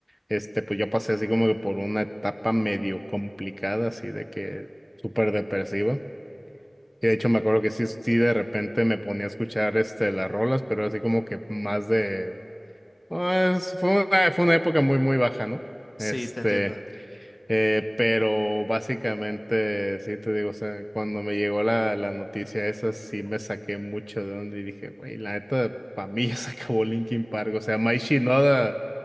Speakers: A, in the centre; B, on the left.
A: este, pues yo pasé así como que por una etapa medio complicada, así de que súper depresiva. Y de hecho me acuerdo que sí, sí de repente me ponía a escuchar este, las rolas, pero así como que más de, pues, fue una, fue una época muy, muy baja, ¿no?
B: Sí,
A: Este...
B: te entiendo.
A: Eh, pero básicamente, sí te digo, o sea, cuando me llegó la, la noticia esa, sí me saqué mucho de onda y dije, güey, la neta, para mí <laughs> ya se acabó Linkin Park. O sea, Mike Shinoda,